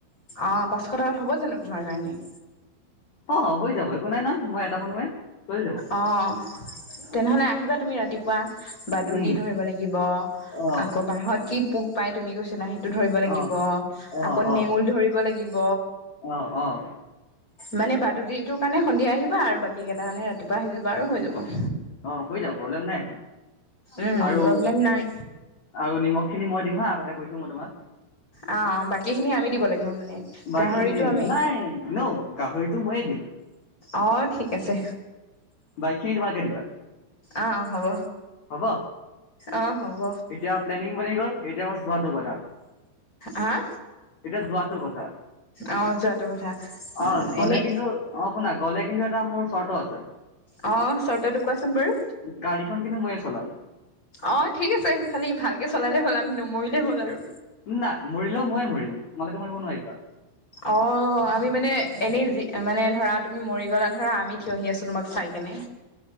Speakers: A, on the left; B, on the left.
A: অ', পাঁচশ টকাত হ'ব জানো তোমাৰ কাৰণে?
B: অ', হৈ যাব একো নাই, নাই মই এটা মানুহে। হৈ যাব।
A: অ', তেনেহ'লে আহিবা তুমি ৰাতিপুৱা। বাদুলি
B: উম,
A: ধৰিব লাগিব,
B: অ',
A: আকৌ বাহত কি পোক পাই, তুমি কৈছিলা স টো ধৰিব লাগিব,
B: অ', অ',
A: আকৌ
B: অ',
A: নেউল ধৰিব লাগিব।
B: অ', অ',
A: মানে বাদুলিটোৰ কাৰণে সন্ধিয়া আহিবা, আৰু বাকী কেইটাৰ কাৰানে ৰাতিপুৱা আহি যাবা আৰু হৈ যাব।
B: অ', হৈ যাব প্ৰব্লেম নাই
A: উম
B: আৰু
A: প্ৰব্লেম নাই
B: আৰু নিমখ খিনি মই দিম হা, আগতে কৈছো মই তোমাক।
A: অ', অ' বাকীখিনি আমি দিব লাগিব মানে
B: বাকখিনি
A: গাহৰিটো আমি
B: নাই, ন' গাহৰিটো ময়ে দিম।
A: অ', ঠিক আছে।
B: বাই খিনি ত মালে কে দিবা
A: অ অ হ'ব
B: হ'ব,
A: অ হ'ব
B: এতিয়া প্লেনিং গল, এতিয়া বাছ যোৱাটো কথা।
A: হা'?
B: এতিয়া যোৱাটো কথা।
A: অ যোৱাটো কথা
B: অ', গ'লে
A: এনেই
B: কিন্তু- অ' শুনা গ'লে কিন্তু এটা মোৰ চৰ্ত আছে।
A: অ', চৰ্তটো কোৱাচোন বাৰু।
B: গাড়ীখন কিন্তু ময়ে চলাম।
A: অ', ঠিক আছে। খালি ভালকে চলালে হ'ল। আমি নমৰিলে হ'ল আৰু।
B: নাই মৰিলেও ময়ে মৰিম। তোমালোকে মৰিব নোৱাৰিবা।
A: অ', আমি মানে, এনেই যি মানে ধৰা, তুমি মৰি গলা ধৰা, আমি থিয়হি আছো তোমাক চাই কেনে।